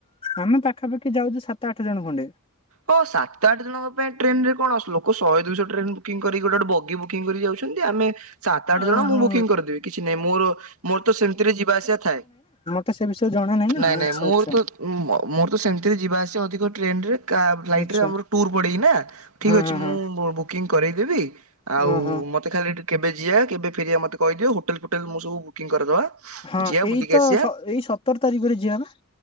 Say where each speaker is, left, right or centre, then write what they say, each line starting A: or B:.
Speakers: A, on the left; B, on the right.
A: ଆମେ ପାଖାପାଖି ଯାଉଛୁ ସାତ ଆଠ ଜଣ ଖଣ୍ଡେ।
B: ହଁ ସାତ ଆଠ ଜଣଙ୍କ ପାଇଁ ଟ୍ରେନରେ କଣ ଲୋକ ସହେ ଦୁଇଶହ ଟ୍ରେନ୍ ବୁକିଙ୍ଗ କରିକି ଗୋଟେ-ଗୋଟେ ବଗି ବୁକିଙ୍ଗ କରି ଯାଉଚନ୍ତି ଆମେ ସାତ ଆଠ
A: ଓହୋ
B: ଜଣ ମୁଁ ବୁକିଂ କରିଦେବି କିଛି ନାହିଁ ମୋର-ମୋର ତ ସେମିତିରେ ଯିବା ଆସିବା ଥାଏ।
A: ତ ସେ ବିଷୟରେ ଜଣା ନାହିଁ ନା
B: ନାଇଁ ନାଇଁ
A: ଆଚ୍ଛା-ଆଚ୍ଛା।
B: ମୋର ତ ମୋର ତ ସେମ୍ତି ରେ ଯିବା ଆସିବ ଅଧିକ ଟ୍ରେନ୍ରରେ କାବ୍ ଫ୍ଲାଇଟ୍
A: ଆଚ୍ଛା
B: ରେ ଆମର ଟୁର ପଡେଇ ନା ଠିକ୍
A: ହଁ
B: ଅଛି
A: ହଁ ହଁ
B: ମୁଁ ବୁକିଂ କରେଇଦେବି ଆଉ
A: ଓହୋ
B: ମ ମତେ ଖାଲି ଏଠୁ କେବେ ଯିଆ କେବେ ଫେରିଆ ମତେ କହିଦଅ ହୋଟଲ୍ ଫୋଟଲ୍ ମୁଁ ସବୁ ବୁକିଂ କରିଦବା।
A: ହଁ
B: ଯିବା
A: ଏଇତ
B: ବୁଲିକି ଆସିବା
A: ଏଇ ସତର ତାରିଖରେ ଯିବା ନା?